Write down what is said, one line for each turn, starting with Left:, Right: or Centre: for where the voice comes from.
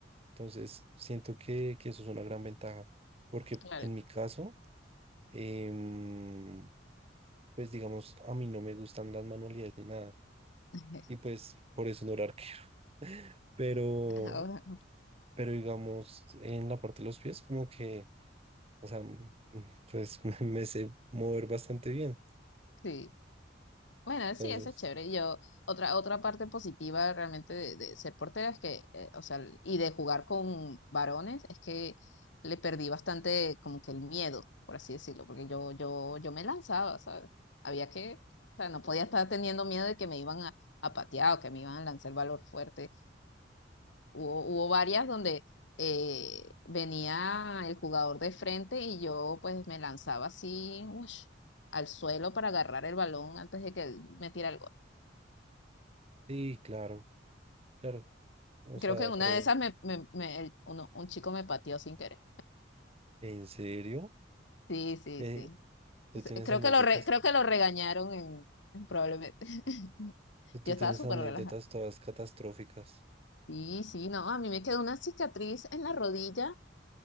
Right: Entonces, siento que, que eso es una gran ventaja, porque
Left: claro.
Right: en mi caso, em, pues digamos, a mí no me gustan las manualidades ni nada,
Left: <laughs>
Right: y pues por eso no era arquero. <laughs> Pero,
Left: Ahora,
Right: pero digamos, en la parte de los pies, como que, o sea, m- m- pues <laughs> me, me sé mover bastante bien.
Left: sí. Bueno, sí,
Right: Entonces,
Left: eso es chévere. Yo, otra, otra parte positiva realmente de, de ser portera es que, eh, o sea, y de jugar con varones, es que le perdí bastante como que el miedo, por así decirlo, porque yo, yo, yo me lanzaba, ¿sabes? Había que, o sea, no podía estar teniendo miedo de que me iban a, a patear o que me iban a lanzar el valor fuerte. Hubo, hubo varias donde eh, venía el jugador de frente y yo pues me lanzaba así, ush, al suelo para agarrar el balón antes de que él me tirara el gol.
Right: sí, claro, claro. O sea,
Left: Creo que en una
Right: pero,
Left: de esas me, me- me- el- uno- un chico me pateó sin querer.
Right: ¿en serio?
Left: Sí, sí,
Right: Eh,
Left: sí.
Right: tú
Left: S-
Right: tienes
Left: Creo
Right: anécdotas,
Left: que lo, re- creo que lo regañaron en, probablemente. <laughs>
Right: tú
Left: Yo estaba
Right: tienes
Left: súper
Right: anécdotas
Left: relajada.
Right: todas catastróficas.
Left: Sí, sí, no, a mí me quedó una cicatriz en la rodilla,